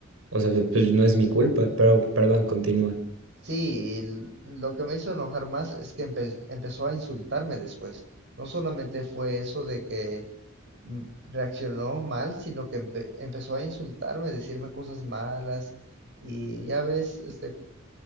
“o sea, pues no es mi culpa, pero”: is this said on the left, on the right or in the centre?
Right